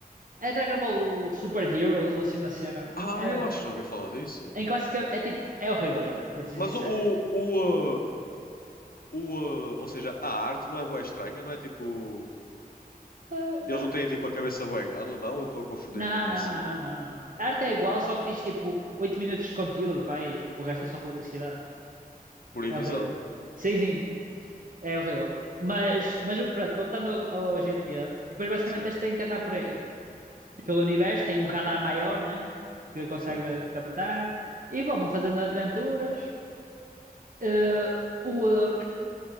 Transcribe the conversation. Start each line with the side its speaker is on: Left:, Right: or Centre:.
Right: É Dragon Ball Super Heroes ou assim uma cena.
Left: Ah,
Right: É,
Left: eu acho que já ouvi falar disso.
Right: em que basicamente é tipo. É horrível, Igor, vou-te ser
Left: Mas
Right: sincero.
Left: o, o, o, eh, o, eh, ou seja, a arte não é bué estranha, não é tipo.
Right: Ah, não,
Left: Eles não têm tipo a cabeça bué grande ou não? Eu estou a confundir
Right: não,
Left: com outra
Right: não,
Left: cena.
Right: não, não, não. A arte é igual, só que tens tipo 8 minutos de conteúdo, pá, aí. O resto é só publicidade.
Left: Por episódio.
Right: É horrível. Sim, sim, é horrível. Mas, mas pronto, voltando ao, ao GTA, e depois basicamente
Left: Sim,
Right: eles têm que andar por aí. Pelo universo, tem um radar maior, né? Que consegue
Left: sim.
Right: captar. E bom, vão fazendo aventuras. Eh, o, eh,